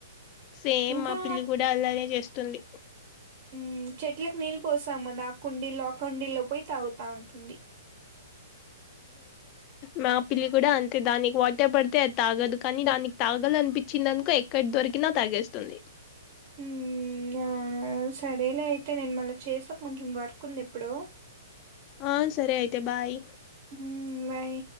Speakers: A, on the left (about 35°); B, on the right (about 45°).
A: సేమ్
B: ఇంకా
A: మా పిల్లి కూడా అలానే చేస్తుంది
B: ఊ చెట్లలకు నీళ్ళు పోస్తాం మద ఆ కుండీల్లో అ కుండీల్లో పోయి తాగుతా ఉంటుంది
A: మా పిల్లి కూడా అంతే దానికి వాటే పడితే అది తాగదు కానీ దానికి తాగలనిపించిందనుకో ఎక్కడి దొరికినా తాగేస్తుంది
B: ఊ అవునా సరేలే అయితే నేను మళ్ళీ చేస్తా కొంచెం వర్క్ ఉంది ఎప్పుడు
A: ఆ సరే అయితే బాయ్
B: ఊ బాయ్